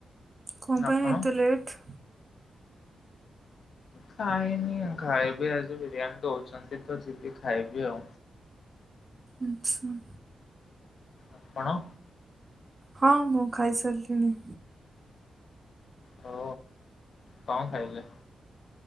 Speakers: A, on the right; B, on the left.
A: କ ପାଇଁ
B: ଆପଣ?
A: ଏତେ ଲେଟ?
B: ଖାଇନି ଖାଇବି ଆଜି ବିରିୟାନୀ ଦଉଛନ୍ତି ତ ଯିବି ଖାଇବି ଆଉ।
A: ଆଚ୍ଛା।
B: ଆପଣ
A: ହଁ ମୁଁ ଖାଇସାରିଲିଣି।
B: ଓ କଣ ଖାଇଲେ?